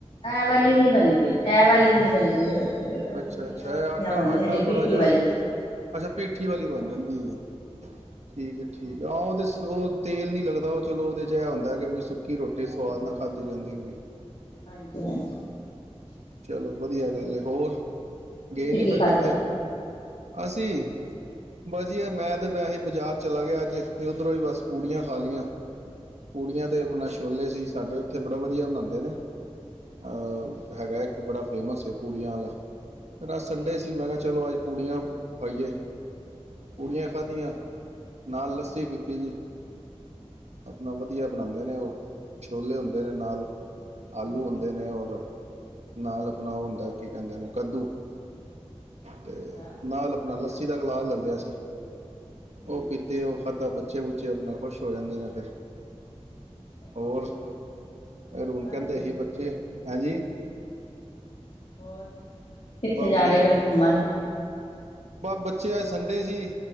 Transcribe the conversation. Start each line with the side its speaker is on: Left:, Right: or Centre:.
Left: ਐ ਵਾਲੀ ਨੀ ਬਣਦੀ ਐ ਵਾਲੀ ਨੀ ਬਣਦੀ ਦੂਜੀਆਂ
Right: ਅੱਛਾ ਅੱਛਾ
Left: ਮੇਸੀਆਂ
Right: ਇਹ ਆਟਾ
Left: ਬਣਦੀ
Right: ਆਟਾ
Left: ਜਿੜੀ
Right: ਥੋੜ੍ਹਾ
Left: ਪਿੱਟੀ
Right: ਜਿਹਾ
Left: ਵਾਲੀ
Right: ਅੱਛਾ ਪੀਠੀ ਵਾਲੀ ਬਣ ਜਾਂਦੀ ਹੈ ਠੀਕ ਹੈ ਠੀਕ ਆਹ ਉਹਦੇ ਉਹ ਤੇਲ ਨੀ ਲੱਗਦਾ ਉਹ ਚਲੋ ਉਹਦੇ ਚ ਇਹ ਹੁੰਦਾ ਕਿ ਬ ਕਿ ਰੋਟੀ ਸਵਾਦ
Left: ਹਾਂਜੀ
Right: ਨਾਲ ਖਾਧੀ ਜਾਂਦੀ ਹੋਵੇ।
Left: ਹਾਂਜੀ ਹਾਂਜੀ
Right: ਚਲੋ ਵਧੀਆ ਗੱਲ ਹੋਰ
Left: ਤੁਸੀਂ
Right: ਗਏ ਨੀ
Left: ਕੀ
Right: ਫਿਰ
Left: ਖਾਧਾ
Right: ਕਿੱਤੇ? ਅਸੀਂ ਬਸ ਯਾਰ ਮੈਂ ਤੇ ਵੈਸੇ ਬਾਜ਼ਾਰ ਚਲਾ ਗਿਆ ਅੱਜ ਫੇਰ ਉੱਧਰੋਂ ਹੀ ਬਸ ਪੂੜੀਆਂ ਖਾ ਲਈਆਂ। ਕੁੜੀਆਂ
Left: ਅੱਛਾ
Right: ਤੇ ਆਪਣਾ ਛੋਲੇ ਸੀ ਸਾਡੇ ਇੱਥੇ ਬੜਾ ਵਧੀਆ ਮਨਾਦੇ ਨੇ, ਅਹ
Left: ਅੱਛਾ
Right: ਹੈਗਾ, ਇੱਕ ਬੜਾ ਫੇਮਸ ਹੈ ਪੂੜੀਆਂ ਵਾਲਾ ਸੰਡੇ
Left: ਠੀਕ
Right: ਸੀ ਮੈਂ ਕਿਹਾ ਚਲੋ ਅੱਜ ਪੂੜੀਆਂ ਪਾਈਏ, ਪੂੜੀਆਂ
Left: ਠੀਕ ਹੈ
Right: ਖਾਧੀਆਂ
Left: ਠੀਕ
Right: ਨਾਲ
Left: ਹਮ
Right: ਲੱਸੀ ਪੀਤੀ ਜੀ। ਆਪਣਾ ਵਧੀਆ ਬਣਾਦੇ ਨੇ ਉਹ ਛੋਲੇ ਹੁੰਦੇ ਨੇ ਨਾਲ ਆਲੂ
Left: ਹਮ
Right: ਹੁੰਦੇ ਨੇ ਔਰ, ਨਾਲ ਅਪਣਾ ਓ ਹੁੰਦਾ ਕੀ ਕਹਿੰਦੇ ਨੇ ਕੱਦੂ ਤੇ
Left: ਅੱਛਾ
Right: ਨਾਲ ਆਪਣਾ ਲ ਲੱਸੀ ਦਾ ਗਲਾਸ ਲੈ ਲਿਆ ਸੀ।
Left: ਠੀਕ
Right: ਉਹ ਪੀਤੇ ਉਹ ਖਾਧਾ ਬੱਚਾ ਬੱਚੇ ਬੁੱਚੇ ਆਪਣਾ ਖੁਸ਼ ਹੋ ਜਾਂਦੇ ਨੇ ਫਿਰ
Left: ਅੱਛਾ
Right: ਹੋਰ ਫੇਰ
Left: ਅੱਛਾ
Right: ਹੁਣ ਕਹਿੰਦੇ ਸੀ
Left: ਬਸ
Right: ਬੱਚੇ ਹੈਂ ਜੀ,
Left: ਹਮ ਹੋਰ, ਕਿੱਥੇ
Right: ਬਸ
Left: ਜਾ
Right: ਵਧੀਆ
Left: ਰਹੇ ਫਿਰ
Right: ਜੀ
Left: ਘੁੰਮਣ
Right: ਬੱਚ ਤੇ ਅੱਜ ਸੰਡੇ ਸੀ।